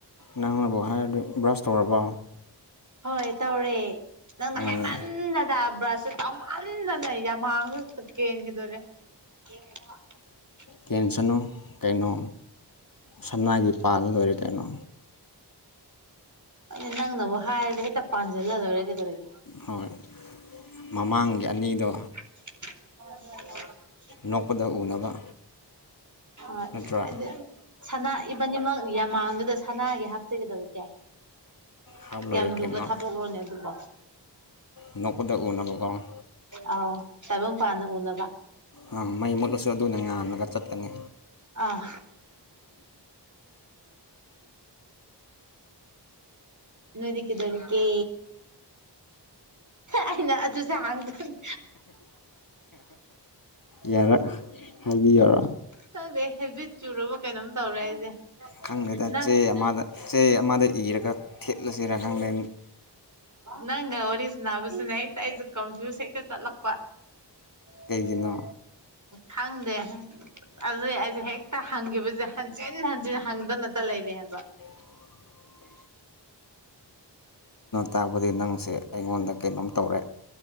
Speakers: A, on the left (about 50°); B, on the right (about 45°).
A: ꯅꯪꯅꯕꯨ ꯍꯥꯏꯔꯗꯤ ꯕ꯭ꯔꯁ ꯇꯧꯔꯕꯣ
B: ꯍꯣꯏ ꯇꯧꯔꯦ ꯅꯪꯅ
A: ꯑꯣ
B: ꯍꯥꯏꯃ ꯅꯪꯅꯗ ꯕ꯭ꯔꯁꯁꯨ ꯇꯥꯎꯃꯟꯗꯅ ꯌꯥꯝ ꯃꯥꯡꯁꯨ ꯀꯦꯟꯈꯤꯗꯣꯔꯦ ꯑꯦꯗ <inaudible>
A: ꯀꯦꯟꯁꯅꯨ ꯀꯩꯅꯣ ꯁꯅꯥꯒꯤ ꯄꯥꯜ ꯂꯣꯏꯔꯦ ꯀꯩꯅꯣ
B: ꯑꯗꯨ ꯅꯪꯅꯕꯨ ꯍꯥꯏꯔꯒ ꯍꯦꯛꯇ ꯄꯥꯟꯁꯤꯜꯂ ꯂꯣꯢꯔꯦ ꯀꯩꯗꯧꯔꯒꯦ
A: ꯍꯣꯏ ꯃꯃꯥꯡꯒꯤ ꯑꯅꯤꯗꯣ
B: ꯑ ꯍ <inaudible>
A: ꯅꯣꯛꯄꯗ ꯎꯅꯕ
B: ꯍꯣꯢ
A: ꯅꯠꯇ꯭ꯔꯥ
B: ꯑꯗꯨ ꯁꯅꯥ ꯏꯕꯅꯤꯃꯛ ꯌꯥꯝꯃꯥꯡꯗꯨꯗ ꯁꯅꯥꯒꯤ ꯍꯥꯞꯁꯤ ꯒꯩꯗꯧꯔꯀꯦ
A: ꯍꯥꯞ ꯂꯣꯏꯔꯦ
B: ꯀꯌꯥꯝ
A: ꯀꯩꯅꯣ
B: ꯂꯨꯕ ꯊꯥꯄꯣꯛꯂꯣꯅꯦ ꯑꯗꯨꯕꯨ
A: ꯅꯣꯛꯄꯗ ꯎꯅꯕꯀꯣ
B: ꯑꯥꯎ ꯇꯥꯏꯕꯪ ꯄꯥꯟꯅ ꯎꯅꯕ
A: ꯑ ꯃꯩ ꯃꯨꯠꯂꯁꯨ ꯑꯗꯨꯅ ꯉꯜꯂꯒ ꯆꯠꯀꯅꯤ
B: ꯑꯥ ꯅꯣꯢꯗꯤ ꯀꯩꯗꯧꯔꯤꯒꯦ ꯑꯩꯅ ꯑꯗꯨꯁꯦ ꯍꯥꯡꯒꯅꯦ
A: ꯌꯥꯔꯦ ꯍꯥꯏꯕꯤꯌꯨꯔꯣ
B: ꯈꯤꯗꯦ ꯍꯦꯕꯤꯠ ꯆꯨꯔꯕ ꯀꯩꯅꯣꯝ ꯇꯧꯔꯦ ꯑꯩꯁꯦ
A: ꯈꯪꯗꯦꯗ
B: ꯅꯪ
A: ꯆꯦ ꯑꯃꯗ ꯆꯦ ꯑꯃꯗ ꯏꯔꯒ ꯊꯦꯠꯂꯁꯤꯔ ꯈꯪꯗꯦ
B: ꯅꯪꯒ ꯋꯥꯔꯤ ꯁꯅꯕꯁꯤꯅ ꯍꯦꯛꯇ ꯑꯩꯁꯨ ꯀꯝꯖꯨꯁ ꯍꯦꯛꯇ ꯆꯠꯂꯛꯄ
A: ꯀꯩꯒꯤꯅꯣ
B: ꯈꯪꯗꯦ ꯑꯗꯨ ꯑꯩꯁꯦ ꯍꯦꯛꯇ ꯍꯪꯈꯤꯕꯁꯦ ꯍꯟꯖꯤꯟ ꯍꯟꯖꯤꯟ ꯍꯪꯗꯅꯇ ꯂꯩꯔꯦ ꯍꯥꯏꯕ
A: <unintelligible> ꯇꯥꯛꯕꯗꯤ ꯅꯪꯁꯦ ꯑꯩꯉꯣꯟꯗ ꯀꯩꯅꯣꯝ ꯇꯧꯔꯦ